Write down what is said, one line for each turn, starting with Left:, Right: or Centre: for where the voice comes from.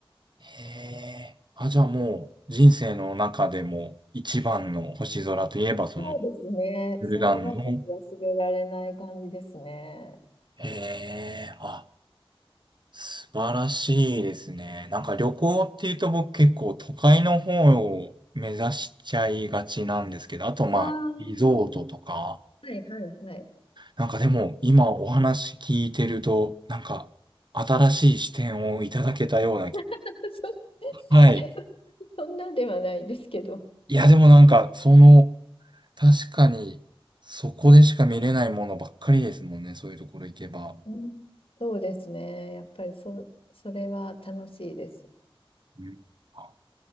Right: へえ。あ、じゃあもう人生の中でも一番の星空といえばその
Left: そうですね。
Right: ブルガンの。
Left: それはちょっと忘れられない感じですね。
Right: へえ。あ、素晴らしいですね。なんか旅行っていうと僕結構都会の方を目指しちゃいがちなんですけど、あとまあリゾートとか。
Left: ああ、はいはいはい。
Right: なんかでも今お話聞いてると、なんか新しい視点をいただけたような気。
Left: <laughs> そ、
Right: はい。
Left: いや、そそんなではないですけど。
Right: いやでもなんかその確かに、そこでしか見れないものばっかりですもんね、そういうところ行けば。
Left: うん、そうですね。やっぱりそ、それは楽しいです。
Right: うん本